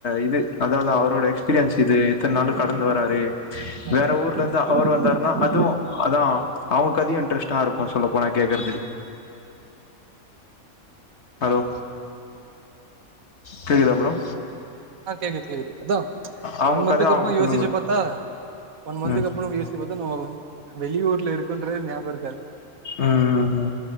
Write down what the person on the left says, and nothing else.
இது அதாவது அவரோட எக்ஸ்பீரியன்ஸ்
இது
எத்தன
நாள் கடந்து வராரு
வேற
ஊர்ல இருந்து
அவர் வந்தாருனா
அதுவு அதா அவுங்க கதையு இன்ட்ரெஸ்ட்டா இருக்கு சொல்ல போன கேக்குறதுக்கு ஹலோ சேரி இதுக்கப்றோ
அவங்க
கத அவங்க
சொல்லுங்க
ம்
உம்ம்